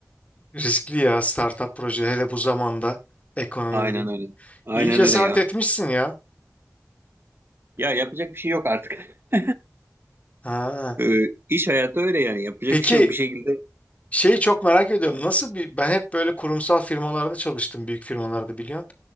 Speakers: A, on the left; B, on the right.
A: riskli ya startup proje hele bu zamanda ekonomi
B: Aynen
A: bu.
B: öyle. Aynen
A: İyi cesaret
B: öyle ya.
A: etmişsin ya.
B: Ya yapacak bir şey yok artık. <laughs>
A: Ha.
B: E, iş hayatı öyle yani. Yapacak
A: Peki
B: bir şey yok. Bir şekilde
A: şeyi çok merak ediyorum. Nasıl bir ben hep böyle kurumsal firmalarda çalıştım büyük firmalarda biliyorsun.